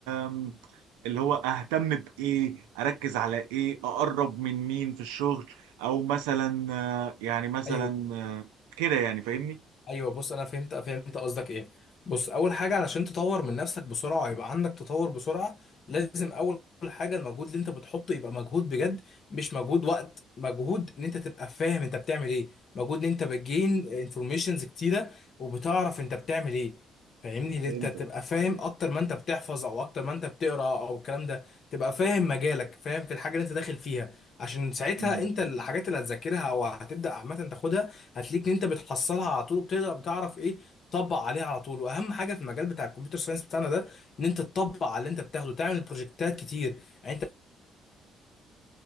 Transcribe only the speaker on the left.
ايوه
ايوه بص انا فهمت فهمت قصدك ايه بص اول حاجه علشان تطور من نفسك بسرعه يبقى عندك تطور بسرعه لازم اول حاجه المجهود اللي انت بتحطه يبقى مجهود بجد مش مجهود وقت مجهود ان انت تبقى فاهم انت بتعمل ايه مجهود ان انت بتجين انفورميشنز كتيره وبتعرف انت بتعمل ايه فاهمني ان
انت تبقى فاهم اكتر ما انت بتحفظ او اكتر ما انت بتقرا او الكلام ده تبقى فاهم مجالك فاهم في الحاجه اللي انت داخل فيها عشان ساعتها
انت الحاجات اللي هتذاكرها او هتبدا عامه تاخدها هتلاقيك ان انت بتحصلها على طول وبتقدر بتعرف ايه تطبق عليها على طول واهم حاجه في المجال بتاع الكمبيوتر ساينس بتاعنا ده ان انت تطبق على اللي انت بتاخده تعمل بروجكتات كتير يعني انت السي